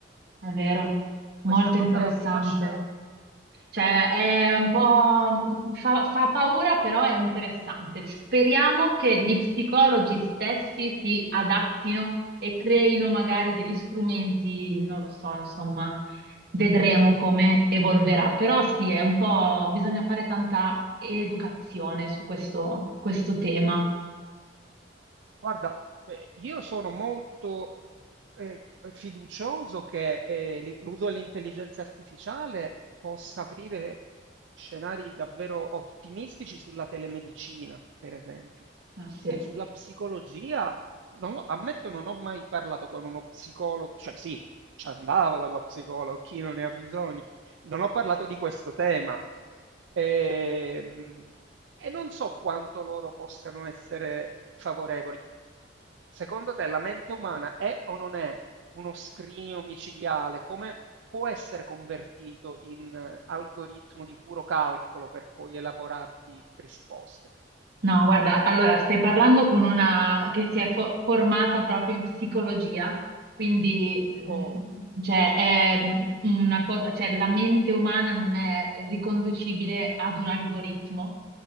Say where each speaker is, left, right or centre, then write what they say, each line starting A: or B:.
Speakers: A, on the right (about 60°); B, on the right (about 80°).
A: è vero, molto
B: Questa cosa
A: interessante.
B: mi lascia...
A: Cioè, è
B: eh,
A: un po' mh, fa, fa paura, però è interessante. Speriamo che gli psicologi stessi si adattino e creino magari degli strumenti, non lo so, insomma, vedremo come evolverà. Però sì, è un po', bisogna fare tanta educazione su questo, questo tema.
B: guarda, eh, io sono molto eh, fiducioso che eh, li- l'uso dell'intelligenza artificiale possa aprire scenari davvero ottimistici sulla telemedicina, per esempio.
A: Ah, sì.
B: Sulla psicologia, non ho- ammetto, non ho mai parlato con uno psicologo, cioè sì, ci andavo dallo psicologo, chi non ne ha bisogno. Non ho parlato di questo tema. Ehm, E non so quanto loro possano essere favorevoli. Secondo te la mente umana è o non è uno scrigno micidiale? Come può essere convertito in eh, algoritmo di puro calcolo per poi elaborarti risposte?
A: No, guarda, allora stai parlando con una che si è fo- formata proprio in psicologia, quindi mh,
B: O
A: cioè, è mh, una cosa, cioè, la mente umana non è riconducibile ad un algoritmo,